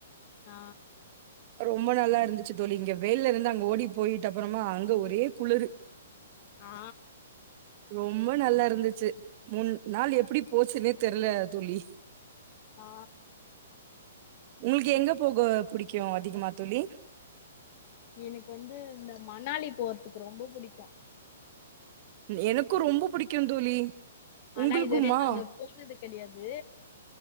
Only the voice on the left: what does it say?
ஆ
ஆ
ஆ
எனக்கு வந்து இந்த மணாலி போறதுக்கு ரொம்ப புடிக்கு
ஆனா
இதுவரையு நாங்க போனது கெடையாது